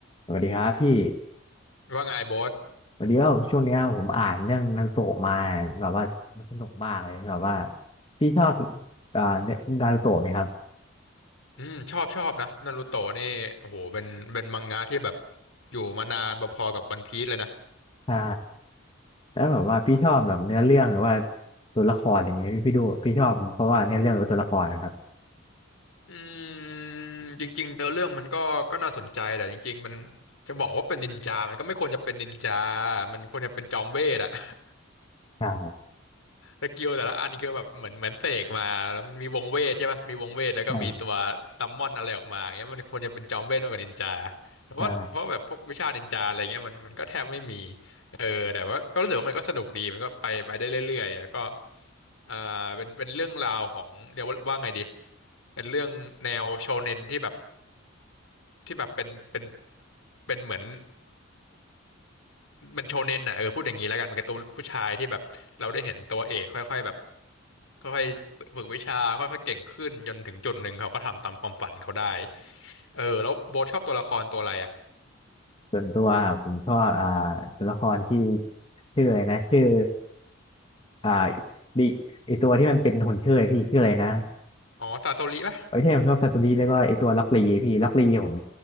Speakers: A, on the left; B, on the left.
A: สวัสดีครับพี่
B: ว่าไงโบส
A: วันนี้ก็ช่วงเนี้ยผมอ่านเรื่องนารูโตะมาแบบว่ามันสนุกมากเลยแบบว่าพี่ชอบอ่าเนื้อนารูโตะไหมครับ
B: อืมชอบชอบนะนารูโตะนี่โอ้โหเป็นเป็นมังงะที่แบบอยู่มานานพอๆกับวันพีซเลยนะ
A: ใช่แล้วแบบว่าพี่ชอบแบบเนื้อเรื่องหรือว่าตัวละครอย่างเงี้ยพี่พี่ดูพี่ชอบเพราะว่าเนื้อเรื่องหรือว่าตัวละครนะครับ
B: อืมจริงๆเนื้อเรื่องมันก็ก็น่าสนใจแต่จริงๆมันจะบอกว่าเป็นนินจามันก็ไม่ควรจะเป็นนินจา มันควรจะเป็นจอมเวทอะ
A: ใช่
B: สกิลแต่ละอันคือแบบเหมือนเหมือนเสกมาแล้วมันมีวงเวทใช่ปะมีวงเวทแล้วก็มีตัวซัมมอนอะไรออกมาอย่างเงี้ยมันควรจะเป็นจอมเวทมากกว่านินจา
A: ใช่
B: เพราะว่าเพราะแบบพวกวิชานินจาอะไรเงี้ยมันมันก็แทบไม่มี
A: ใช่
B: เออแต่ว่าก็รู้สึกว่ามันก็สนุกดีมันก็ไปไปได้เรื่อยๆแล้วก็อ่าเป็นเป็นเรื่องราวของเรียกว่าว่าไงดีเป็นเรื่องแนวโชเน็นที่แบบที่แบบเป็นเป็นเป็นเหมือน มันโชเน็นอ่ะเออพูดอย่างนี้แล้วกันเป็นการ์ตูนผู้ชายที่แบบเราได้เห็นตัวเอกค่อยๆแบบค่อยๆฝึกวิชาค่อยๆเก่งขึ้นจนถึงจุดหนึ่งเขาก็ทำตามความฝันเขาได้เออแล้วโบ๊ทชอบตัวละครตัวอะไรอ่ะ
A: ส่วนตัวผมชอบอ่าตัวละครที่ชื่ออะไรนะชื่ออ่าดิไอตัวที่มันเป็นหุ่นเชิดพี่ชื่ออะไรนะ
B: อ๋อซาโซริป่ะ
A: ไอ้ที่ผมชอบซาซูริแล้วก็ไอ้ตัวล็อกลีพี่ล็อกลีผม